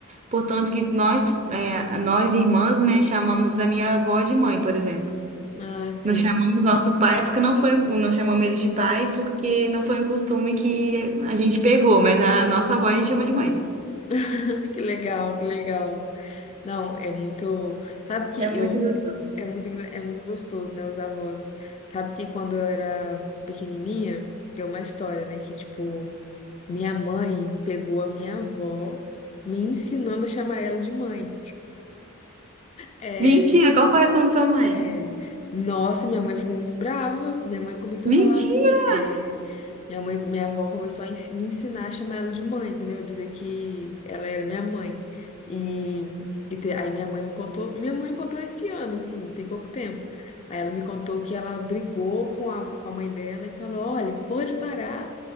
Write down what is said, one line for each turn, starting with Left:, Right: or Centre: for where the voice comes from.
Right: portanto que nós, é, nós irmãs, né, chamamos a minha avó de mãe, por exemplo.
Left: Ah, sim.
Right: Não chamamos nosso pai porque não foi, não chamamos ele de pai porque não foi um costume que a gente pegou, mas a nossa avó a gente chama de mãe.
Left: <laughs> Que legal, que legal. Não, é muito. Sabe que
Right: É muito
Left: eu.
Right: gostoso.
Left: É muito, engra- é muito gostoso, né? Os avós. Sabe que quando eu era pequenininha, tem uma história, né? Que, tipo, minha mãe pegou a minha avó, me ensinando a chamar ela de mãe. É,
Right: Mentira, qual foi a reação da sua mãe?
Left: é. Nossa, minha mãe ficou muito brava. Minha mãe começou
Right: Mentira!
Left: a falar assim. "É, Minha mãe, minha avó começou a ens- me ensinar a chamar ela de mãe, entendeu? Dizer que ela era minha mãe. E, e te- aí minha mãe me contou, minha mãe me contou esse ano, assim, tem pouco tempo. Aí ela me contou que ela brigou com a, com a mãe dela e falou: Olha, pode parar,